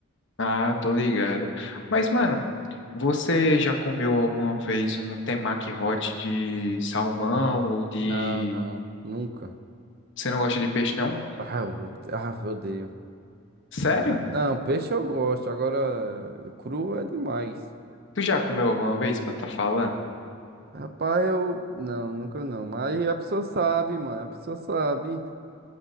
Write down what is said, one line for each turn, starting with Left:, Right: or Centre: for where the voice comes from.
Left: Ah, tô ligado. Mas, mano, você já comeu alguma vez um temaki hot de salmão ou de...
Right: Não, não, nunca.
Left: Você não gosta de peixe, não?
Right: Ah, eu, ah, eu odeio.
Left: Sério?
Right: Não, peixe eu gosto, agora cru é demais.
Left: Tu já comeu alguma vez pra tá falando?
Right: Rapaz, eu. Não, nunca não. Mas a pessoa sabe, mano, a pessoa sabe.